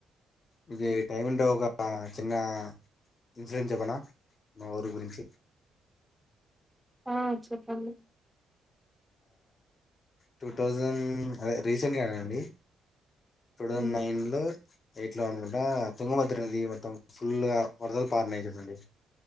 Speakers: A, on the left; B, in the centre.
A: ఇగ ఈ టైము ఉంటే ఒక చిన్న ఇన్సూరెన్ చెప్పనా మా ఊరి గురించి
B: ఆ చెప్పండి
A: టూ థౌజండ్ అదే రీసెంట్గా అండి టూ థౌజండ్
B: మ్మ్.
A: నైన్ లో ఎయిట్ లో అనుకుంటా తుంగభద్ర నది మొత్తం ఫుల్ గా వరదల పారినయ్ చుడండి